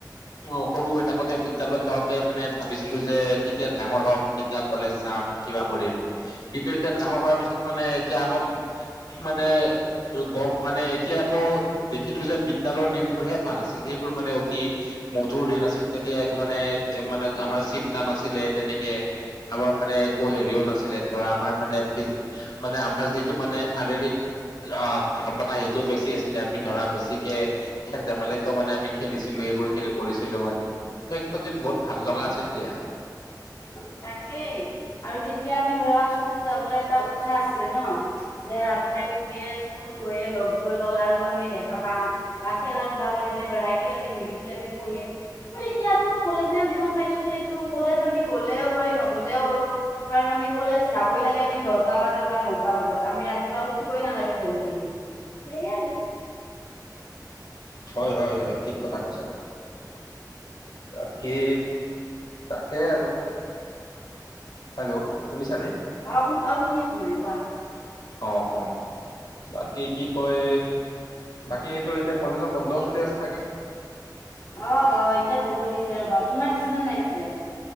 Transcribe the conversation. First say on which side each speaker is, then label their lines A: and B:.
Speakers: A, on the left; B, on the left.
A: অ সৰু হৈ থাকোতে বিদ্যালয়ত যাওঁতে মানে ভাবিছিলো যে কেতিয়া ডাঙৰ হম, কেত- তিয়া কলেজ যাম কিবা কৰিম কিন্তু এতিয়া ডাঙৰ হোৱাৰ পিছত মানে এতিয়া আকৌ মানে গ মানে এতিয়া আকৌ দেখিলো যে বিদ্যালয়ৰ দিনবোৰ হে ভাল আছিল সেইবোৰ মানে অতি- মধুৰ দিন আছিল তেতিয়া একো মানে মানে আমাৰ চিন্তা নাছিলে তেনেকে আমাৰ মানে একো হেৰিও নাছিলে ধৰা আমাৰ মানে ফিজি- মানে আমাৰ যিটো মানে শাৰীৰিক অ ক্ষমতা সেইটোও বেছি আছিলে আমি ধৰা বেছিকে খেল ধেমালি টো মানে আমি খেলিছিলো সেইবোৰ কৰিছিলো মানে ত একটা দিন বহুত ভাল লগা আছিল দিয়া।
B: তাকেই আৰু যেতিয়া আমি ধৰা স্কুল যাবলৈ এটা উৎসাহ আছিলে ন। দে ৰাতিপুৱাই উঠিয়ে স্কুল গৈয়ে লগবোৰ লগ আৰু আমি দেখা পাম। বা খেলা ধূলা কৰি লৰা একেলগে মিলি জুলি আমি পঢ়িম মোৰ এতিয়া আৰু কলেজীয়া জীৱন পাইছো যিহেতু কলেজ আমি গ- লেও হয় নগলেও হয় কাৰণ আমি কলেজ যাবই লাগে আমি দহটা বজাত। বা নটা বজাত আমি ৰাতিপুৱা উঠিবই নালাগে জল্দি সেয়াই।
A: হয় হয় হয় ঠিক কথা কৈছা তুম- বাকী তাকে আৰু হেল্ল' শুনিছা নে?
B: অ শুন অ শুনিছো মই কোৱা
A: অ অহ বাকী কি কয় বাকীটো এতিয়া কলেজৰ বন্ধও চলি আছে চাগে?
B: অ অ এতিয়া বন্ধ দিছে ৰবা। তোমাৰ দিছেনে নাই পিছে?